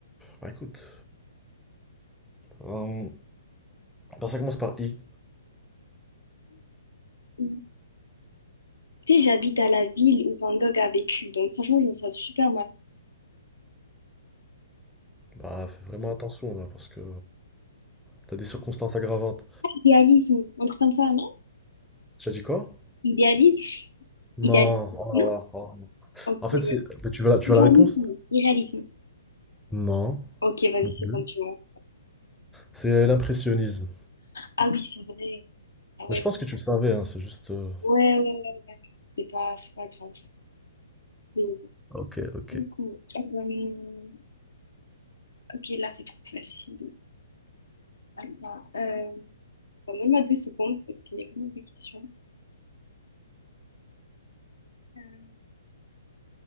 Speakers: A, in the centre; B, on the left (about 75°).
A: Bah écoute, euh, bah, ça commence par I.
B: Mhm. Tu sais, j'habite à la ville où Van Gogh a vécu, donc franchement, je me sens super mal.
A: Bah fais vraiment attention là, parce que t'as des circonstances aggravantes.
B: Idéalisme, un truc comme ça, non?
A: Tu as dit quoi?
B: Idéalisme?
A: Non.
B: Idéalisme,
A: Oh
B: non?
A: là là, oh.
B: Ok,
A: En fait,
B: ouais.
A: c'est... mais tu veux la, tu veux
B: irréalisme,
A: la réponse?
B: irréalisme.
A: Non,
B: Ok, vas-y,
A: non plus.
B: c'est bon, tu vois.
A: C'est l'impressionnisme.
B: Ah oui, c'est vrai. Ah ouais,
A: Mais je pense que tu le savais, hein, c'est juste. euh,
B: ouais, ouais, ouais. ouais. C'est pas, c'est pas grave. C'est
A: Ok, ok.
B: beaucoup. Euh, ok, là, c'est trop facile. Attends. euh, Donne-moi deux secondes parce qu'il y a pas mal de questions. Euh,